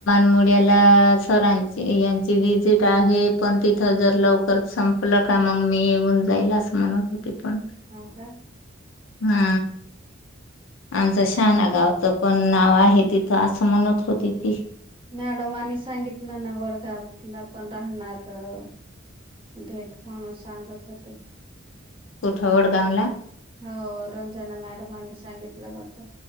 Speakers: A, on the left; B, on the right.
A: मुडियाला सरांची यांची विजिट आहे पण तीथ जर लवकर संपल का मग मी येऊन जाईल असं म्हणत होते पण
B: हाव का.
A: हा. आमचं शहाणा गावच पण नाव आहे तिथं असं म्हणत होती ती.
B: मॅडमानी सांगितलं ना वडगावला पण राहणार ते. भेट म्हणून सांगत होते.
A: कुठ वडगाव ला.
B: हो रंजना मॅडमाने सांगितलं होत.